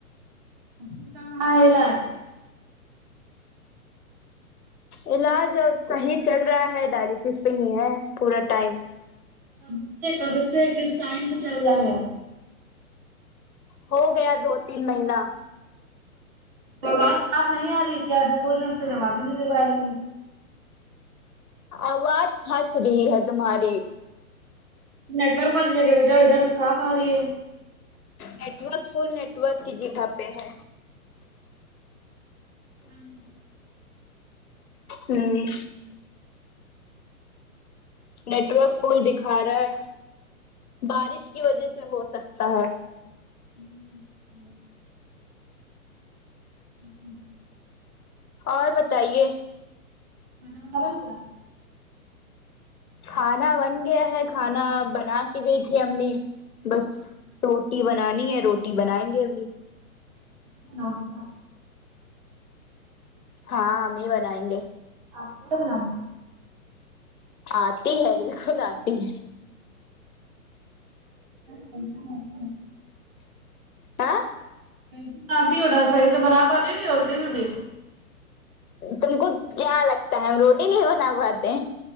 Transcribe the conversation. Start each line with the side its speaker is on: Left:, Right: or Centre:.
Right: <unintelligible>
Left: علاج اب صحیح چل رہا ہے ڈائلسس پہ ہی ہے پورا ٹائم
Right: کب سے کب سے کس ٹائم سے چل رہا ہے
Left: ہو گیا دو تین مہینہ
Right: اواز صاف نہیں آرہی ہے کیا جو بول رہی اس کا جواب ہی نی دے پارہی
Left: آواز پھنس رہی ہے تمہاری
Right: نیٹ ورک والی جگہ پ جاؤ ادھر تو صاف آ رہی ہے
Left: نیٹورک فل نیٹورک کی جگہ پہ ہے
Right: ہمم
Left: ہوں نیٹ ورک فل دکھا رہا ہے بارش کی وجہ سے ہو سکتا ہے
Right: <unintelligible> جی
Left: اور بتائیے
Right: کھانا وانا بن گیا
Left: کھانا بن گیا ہے کھانا بنا کے گئی تھی امی بس روٹی بنانی ہے روٹی بنائیں گے ابھی
Right: اپ بناؤ گی کیا
Left: ہاں ہم ہی بنائیں گے
Right: آتا ہے بنانا
Left: آتی ہے بالکل آتی ہے
Right: بنانا ہے
Left: ہاں
Right: کیسی بناتی ہو سہی سے بنا پتی ہو یا الٹی سیدھی
Left: تم کو کیا لگتا ہے ہم روٹی نہیں بنا پاتے